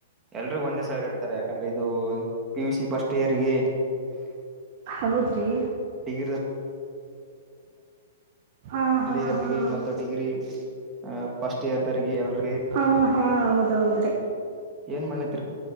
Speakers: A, on the right; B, on the right.
A: ಎಲ್ರಿಗೂ ಒಂದೇ ಸರಿ <unintelligible> ಇಡ್ತಾರೆ ಯಾಕಂದ್ರೆ ಇದು ಪಿ ಯು ಸಿ ಫಸ್ಟ್ ಸ್ಟೈಎರ್ಗೆ <unintelligible>
B: ಹೌದ್ರಿ
A: ಡಿಗ್ರಿ <unintelligible>
B: ಹಾ ಹಾ
A: ಸೆಕಂಡ ಇಯರಗೆ
B: ಹಾ
A: ಮತ್ತು ಡಿಗ್ರಿ ಹ ಫಸ್ಟ್ ಇಯರ್ ದರಿಗೆ <unintelligible> ಎಲ್ಲೆರ್ಗೆ
B: ಹಾ ಹಾ ಹೌದೌದ್ರಿ
A: ಏನ್ <unintelligible>